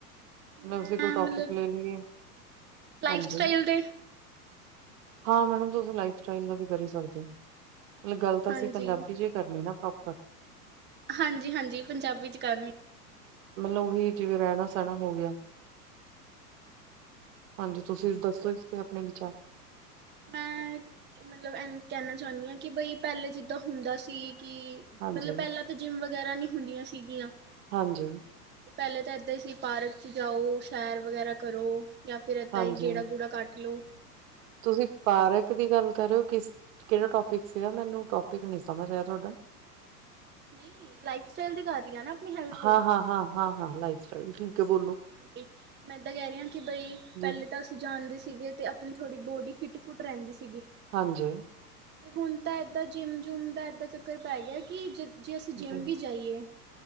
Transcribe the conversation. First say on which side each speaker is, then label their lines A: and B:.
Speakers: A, on the right; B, on the right.
A: ਮਿਊਜ਼ਿਕ
B: ਮੈਂ
A: ਟੋਪਿਕ
B: ਮਤਲਬ
A: ਲੈ ਲੀਏ
B: ਲਾਈਫ
A: ਹਾਂਜੀ।
B: ਸਟਾਈਲ ਦੇ
A: ਹਾਂ ਮੈਡਮ ਤੁਸੀਂ ਲਾਈਫ ਸਟਾਈਲ ਦਾ ਵੀ ਕਰੀ ਸਕਦੇ ਓ ਮਤਲਬ ਗੱਲ ਤਾਂ
B: ਹਾਂਜੀ
A: ਅਸੀਂ ਪੰਜਾਬੀ ਚ ਈ ਕਰਨੀ ਨਾ ਪ੍ਰੋਪਰ
B: ਹਾਂਜੀ-ਹਾਂਜੀ ਪੰਜਾਬੀ ਚ ਕਰਨੀ
A: ਮਤਲਬ ਓਹੀ ਜਿਵੇਂ ਰੈਣਾ ਸੈਣਾ ਹੋ ਗਿਆ ਹਾਂਜੀ ਤੁਸੀਂ ਦੱਸੋ ਇਸਦੇ ਆਪਣੇ ਵਿਚਾਰ
B: ਮੈਂ ਮਤਲਬ ਐਵੇਂ ਕਹਿਣਾ ਚਾਹੁੰਦੀ ਹਾਂ ਕਿ ਬਈ? ਪਹਿਲੇ ਜਿੱਦਾਂ ਹੁੰਦਾ ਸੀ ਕਿ
A: ਹਾਂਜੀ
B: ਮਤਲਬ ਪਹਿਲਾਂ ਤਾਂ ਜਿੰਮ ਵਗੈਰਾ ਨਹੀਂ? ਹੁੰਦੀਆਂ ਸੀਗੀਆਂ।
A: ਹਾਂਜੀ।
B: ਪਹਿਲੇ ਤਾਂ ਏਦਾਂ ਹੀ ਸੀ ਪਾਰਕ ਚ ਜਾਓ ਸੈਰ ਵਗੈਰਾ ਕਰੋ? ਜਾਂ ਫਿਰ ਇੱਦਾਂ
A: ਹਾਂਜੀ
B: ਹੀ ਗੇੜਾ ਗੂੜਾ ਕੱਟ ਲੋ।
A: ਤੁਸੀਂ ਪਾਰਕ ਦੀ ਗੱਲ? ਕਰਉ ਕਿਸ ਕਿਹੜਾ ਟੋਪਿਕ ਸੀਗਾ ਮੈਨੂੰ ਟੋਪਿਕ ਨੀ ਸਮਝ ਆਇਆ ਤੁਹਾਡਾ?
B: ਨਹੀਂ ਲਾਈਫ ਸਟਾਈਲ ਦੀ ਕਰ ਰਹੀ ਆ ਨਾ ਆਪਣੀ ਹੈਲਥ ਤੇ?
A: ਹਾਂ ਹਾਂ ਹਾਂ ਹਾਂ ਹਾਂ ਲਾਈਫ ਸਟਾਈਲ ਠੀਕ। ਹੈ ਬੋਲੋ
B: ਹਾਂਜੀ ਮੈਂ ਇਦਾਂ ਕਹਿ ਰਹੀ ਹਾਂ ਕਿ ਬਈ ਪਹਿਲੇ
A: ਜੀ
B: ਤਾਂ ਅਸੀਂ ਜਾਣਦੇ ਸੀ? ਸੀਗੇ ਤੇ ਆਪਣੀ ਥੋੜੀ ਬੋਡੀ ਫਿਟ ਫੁੱਟ ਰਹਿੰਦੀ ਸੀ?
A: ਹਾਂਜੀ।
B: ਤੇ ਹੁਣ ਤਾਂ ਏਦਾਂ ਜਿੰਮ ਜੁਮ ਦਾ ਏਦਾਂ ਚੱਕਰ ਪੈ ਗਿਆ ਕਿ ਜਦੋਂ? ਜੇ ਅਸੀਂ ਜਿੰਮ
A: ਜੀ
B: ਵੀ ਜਾਈਏ ਹੂੰ